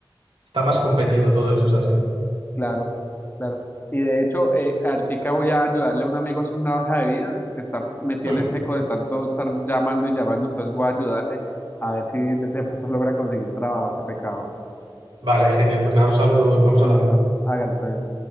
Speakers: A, on the right (about 80°); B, on the left (about 20°).
A: Está más competido todo eso, es así.
B: Claro, claro. Y de hecho, eh, ahorita voy a ayudarle a un amigo a hacer una hoja de vida que está, me tiene
A: Mm,
B: seco de tanto estar llamando y llamando, entonces voy a ayudarle a ver si de de pronto logra conseguir trabajo. Qué pecado.
A: Vale, genial. Pues nada, un saludo, vamos
B: Listo,
A: hablando.
B: hágale, todo bien.